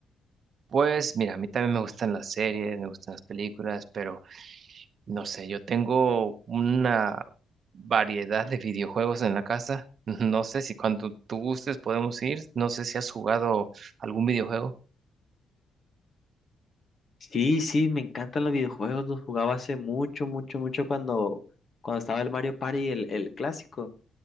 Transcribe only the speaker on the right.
Pues, mira, a mí también me gustan las series, me gustan las películas, pero no sé, yo tengo una variedad de videojuegos en la casa. <laughs> No sé si cuando tú gustes podemos ir, no sé si has jugado algún videojuego.